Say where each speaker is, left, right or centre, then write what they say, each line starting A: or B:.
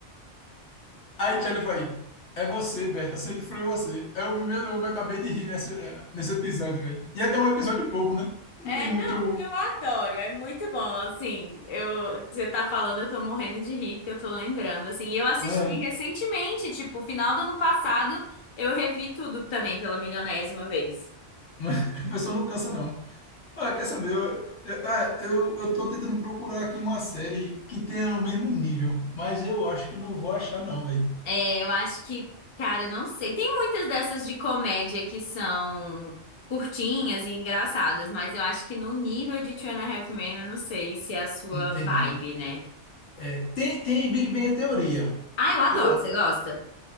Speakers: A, on the left; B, on the left.
A: Aí Charlie vai, é você, Berta, sempre foi você. É o primeiro, eu me acabei de rir nesse, nesse episódio, velho. E até é um episódio bobo, né?
B: É,
A: Não tem muito.
B: não, eu adoro, é muito bom, assim, eu, você tá falando, eu tô morrendo de rir, que eu tô lembrando, assim, e eu assisti
A: É,
B: recentemente, tipo, final do ano passado, eu revi tudo também pela milionésima vez.
A: mas a pessoa não cansa, não. Ah, quer saber? Eu, eu, ah, eu, eu tô tentando procurar aqui uma série que tenha o mesmo nível, mas eu acho que eu não vou achar, não, velho.
B: É, eu acho que, cara, não sei. Tem muitas dessas de comédia que são curtinhas e engraçadas, mas eu acho que no nível de Two and a Half Men, eu não sei se é a sua
A: Não tem,
B: vibe,
A: não.
B: né?
A: É, tem, tem Big Bang Theoria.
B: Ah, eu adoro.
A: Eu,
B: Você gosta?